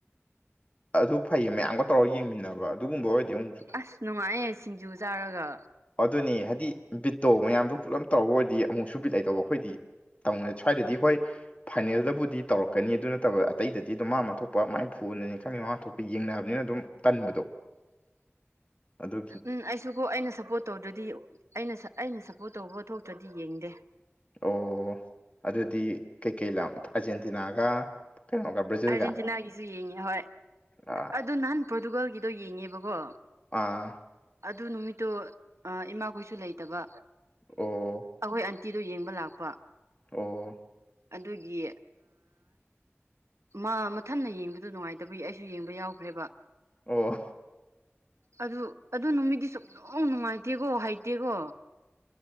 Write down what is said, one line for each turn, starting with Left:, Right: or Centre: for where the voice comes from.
Left: ꯑꯗꯨ ꯐꯩꯌꯦ ꯃꯌꯥꯝꯒ ꯇꯧꯔꯒ ꯌꯦꯡꯃꯤꯟꯅꯕ ꯑꯗꯨꯒꯨꯝꯕ ꯑꯣꯏꯔꯗꯤ ꯑꯃꯨꯛ
Right: ꯑꯁ ꯅꯨꯡꯉꯥꯏꯌꯦ ꯁꯤꯡꯖꯨ ꯆꯥꯔꯒ
Left: ꯑꯗꯨꯅꯦ ꯍꯥꯏꯗꯤ ꯕꯤꯠꯇꯣ ꯃꯌꯥꯝꯗꯣ ꯄꯨꯂꯞ ꯇꯧꯔ ꯑꯣꯏꯔꯗꯤ ꯑꯃꯨꯛ ꯁꯨꯕꯤꯠ ꯂꯩꯗꯧꯕ ꯑꯩꯈꯣꯏꯗꯤ ꯁ꯭ꯋꯥꯏꯗꯗꯤ ꯍꯣꯏ ꯐꯥꯏꯅꯦꯜꯗꯕꯨꯗꯤ ꯇꯧꯔꯛꯀꯅꯤ ꯑꯗꯨ ꯅꯠꯇꯕ ꯑꯇꯩꯗꯗꯤ ꯑꯗꯨꯝ ꯃꯥ ꯑꯃ ꯊꯣꯛꯄ ꯃꯥꯏ ꯐꯨꯔ ꯀꯟꯅꯅꯤ ꯈꯪꯅꯤ ꯃꯃꯥꯡ ꯊꯣꯛꯄ ꯌꯦꯡꯅꯕꯅꯤꯅ ꯑꯗꯨꯝ ꯇꯟꯕꯗꯣ ꯑꯗꯨ
Right: ꯎꯝ ꯑꯩꯁꯨꯀꯣ ꯑꯩꯅ ꯁꯞꯄꯣꯔꯠ ꯇꯧꯗ꯭ꯔꯗꯤ ꯑꯩꯅ ꯑꯩꯅ ꯁꯞꯄꯣꯔꯠ ꯇꯧꯕ ꯊꯣꯛꯇ꯭ꯔꯗꯤ ꯌꯦꯡꯗꯦ
Left: ꯑꯣ ꯑꯗꯨꯗꯤ ꯀꯩꯀꯩ ꯑꯥꯔꯖꯦꯟꯇꯤꯅꯥꯒ ꯀꯩꯅꯣꯒ ꯕ꯭ꯔꯥꯖꯤꯜꯒ
Right: ꯑꯥꯔꯖꯦꯟꯇꯤꯅꯥꯒꯤꯁꯨ ꯌꯦꯡꯉꯦ ꯍꯣꯏ
Left: ꯑꯥ
Right: ꯑꯗꯨꯗꯣ ꯅꯍꯥꯟ ꯄꯣꯔꯇꯨꯒꯜꯒꯤꯗꯣ ꯌꯦꯡꯉꯦꯕꯀꯣ
Left: ꯑꯥ
Right: ꯑꯗꯨ ꯅꯨꯃꯤꯠꯇꯨ ꯏꯃꯥꯈꯣꯏꯁꯨ ꯂꯩꯇꯕ
Left: ꯑꯣ
Right: ꯑꯩꯈꯣꯏ ꯇꯇꯤꯗꯣ ꯌꯦꯡꯕ ꯂꯥꯛꯄ
Left: ꯑꯣ
Right: ꯑꯗꯨꯒꯤ ꯃꯥ ꯃꯊꯟꯟꯅ ꯌꯦꯡꯕꯗ ꯅꯨꯡꯉꯥꯏꯇꯕꯒꯤ ꯑꯩꯁꯨ ꯌꯦꯡꯕ ꯌꯥꯎꯈ꯭ꯔꯦꯕ
Left: ꯑꯣ
Right: ꯑꯗꯨ ꯑꯗꯨ ꯅꯨꯃꯤꯠꯇꯗꯤ ꯁꯨꯡꯂꯧ ꯅꯨꯡꯉꯥꯏꯇꯦꯀꯣ ꯍꯩꯇꯦꯀꯣ